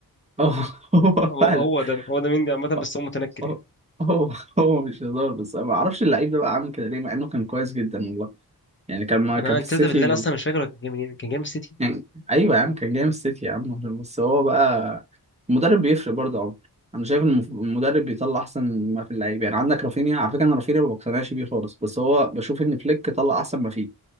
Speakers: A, on the right; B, on the left.
A: اه <laughs> هو
B: هو
A: فعلا
B: هو ده هو ده مندي عامه بس
A: آه،
B: هو متنكر
A: آه،
B: يعني
A: هو هو مش هزار بس أنا ما اعرفش اللعيب ده بقى عامل كده ليه مع انه كان كويس جدا والله يعني كان ما
B: انا
A: كان في
B: انت
A: السيتي
B: ده بالله أنا اصلا مش فاكر هو كان جاي منين كان جاي من السيتي
A: يعني ايوه يا عم كان جاي من السيتي يا عم بس هو بقى المدرب بيفرق برضه يا عمر انا شايف ان المف- المدرب بيطلع احسن ما في اللعيبه يعني عندك رافينيا على فكره انا رافينيا ما بقتنعش بيه خالص بس هو بشوف ان فليك طلع احسن ما فيه